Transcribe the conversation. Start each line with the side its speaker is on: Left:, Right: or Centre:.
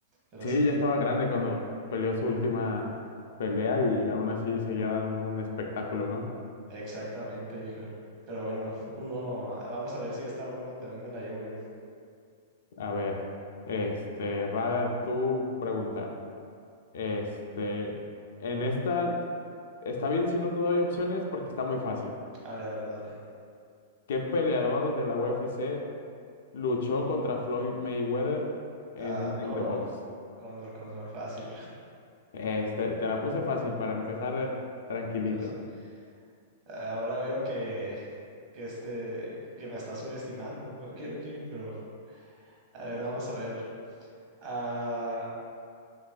Right: Pero
Left: Sí,
Right: sí,
Left: ya estaba grande cuando peleó su última pelea y aún así seguía dando un espectáculo, ¿no?
Right: Exactamente, viejo. Pero bueno, uno, vamos a ver si esta ronda también me la llevo yo.
Left: A ver, este, va tu pregunta. Este, en esta está bien si no te doy opciones porque está muy fácil.
Right: A ver, a ver, dale.
Left: ¿Qué peleador de la UFC luchó contra Floyd Mayweather en
Right: Ah,
Left: un ring
Right: Connor,
Left: de box?
Right: Connor, Connor, fácil.
Left: Este, te la puse fácil para empezar eh, tranquilito.
Right: Entonces, eh, ahora veo que, que este, que me está subestimando. Ok, ok, pero a ver, vamos a ver. Ah,